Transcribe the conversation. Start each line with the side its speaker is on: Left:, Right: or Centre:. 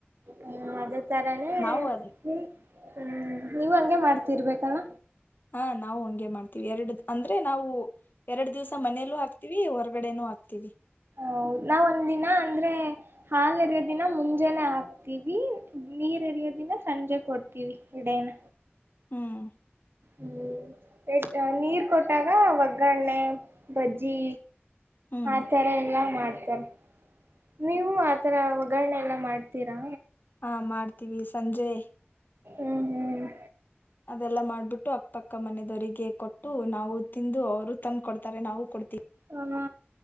Right: ಹ್ಮ ಅದ ತಾರನೆ
Left: ನಾವು ಅದ್
Right: ನೀ ಹ್ಮ್ ನೀವ್ ಹಂಗೆ ಮಾಡ್ತಿರ್ಬೇಕಲ್ಲ
Left: ಹಾ ನಾವು ಹಂಗೆ ಮಾಡ್ತೀವಿ ಎರಡು ಅಂದ್ರೆ ನಾವು ಎರಡು ದಿವ್ಸ ಮನೆಯಲ್ಲೂ ಹಾಕ್ತಿೀವಿ ಹೊರ್ ವಡೆನೂ ಹಾಕ್ತೀವಿ.
Right: ಹೌ ನಾವ್ ಒಂದ ದಿನ ಅಂದ್ರೆ ಹಾಾಲ ಎರಯೋದಿನ ಮುಂಜೆಾನನೆ ಹಾಕ್ತೀವಿ ನೀರ್ ಎರಿಯೋದಿನ ಸಂಜೆ ಕೊಡ್ತೀವಿ ಗಡೇನ
Left: ಹ್ಮ್
Right: ಹ್ಮ್ <unintelligible> ನೀರ್ ಕೊಟ್ಟಾಗ ಒಗ್ಗರಣ್ಣೆ ಬಜ್ಜಿ
Left: ಹ್ಮ್
Right: ಆತರ ಎಲ್ಲಾ ಮಾಡ್ತಾರೆ ನೀವು ಆತರ ಒಗ್ಗರಣೆ ಎಲ್ಲ ಮಾಡ್ತೀರಾ
Left: ಹ ಮಾಡ್ತೀವಿ ಸಂಜೆ
Right: ಹ್ಮ್ ಹ್ಮ್.
Left: ಅದೆಲ್ಲ ಮಾಡ್ಬಿಟ್ಟು ಅಕ್ಕಕ್ಕ ಮನದವರಿಗೆ ಕೊಟ್ಟು ನಾವು ತಿಂದು ಅವರು ತಂದು ಕೊಡ್ತಾರೆ ನಾವು ಕೊಡ್ತೀವಿ.
Right: ಹ